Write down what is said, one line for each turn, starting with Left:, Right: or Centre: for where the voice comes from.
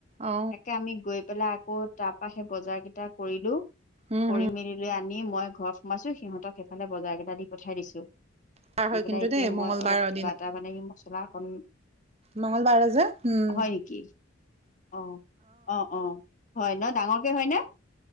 Right: অ',
Left: তাকে আমি গৈ পেলাই আকৌ তাৰপৰা সেই বজাৰ কেইটা কৰিলোঁ।
Right: উম,
Left: কৰি
Right: হম,
Left: মেলি লৈ আনি নি মই ঘৰত সোমাইছোঁ সিহঁতক সেইফালে বজাৰ কেইটা দি পঠাই দিছোঁ।
Right: বাৰ হয়
Left: দি পেলাই
Right: কিন্তু
Left: এতিয়া
Right: দেই
Left: মই
Right: মঙ্গলবাৰৰ
Left: অলপ কিবা এটা মানে মছলা অকণ
Right: মঙ্গল বাৰে যে। উম,
Left: হয় নেকি, অ অ, অ হয় ন ডাঙৰকে হয় নে?